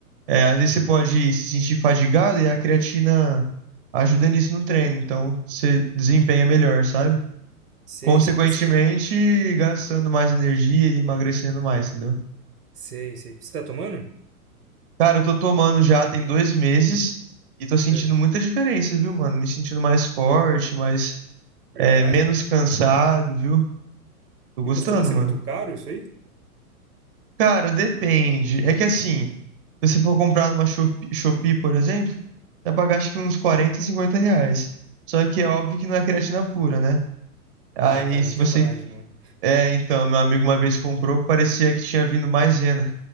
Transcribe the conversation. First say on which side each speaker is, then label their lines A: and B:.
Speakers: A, on the right; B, on the right.
A: é, às vezes você pode se sentir fadigado e a creatina ajuda nisso no treino. Então, você desempenha melhor, sabe?
B: Sei,
A: Consequentemente,
B: sei. Isso tá...
A: gastando mais energia e emagrecendo mais, entendeu?
B: Sei, sei. Você tá tomando?
A: Cara, eu tô tomando já tem dois meses e tô sentindo
B: É,
A: muita diferença, viu, mano? Me sentindo mais forte, mais,
B: verdade,
A: é, menos
B: cara.
A: cansado, viu? Tô gostando,
B: E costuma ser
A: mano.
B: muito caro isso aí?
A: Cara, depende. É que assim, se você for comprar numa Shopee, Shopee, por exemplo, vai pagar acho que uns 40, 50 reais. Só que é óbvio que não é creatina pura, né? Aí,
B: Ah, cara,
A: se
B: eu não tenho
A: você.
B: coragem, não.
A: É, então, meu amigo uma vez comprou, parecia que tinha vindo maisena.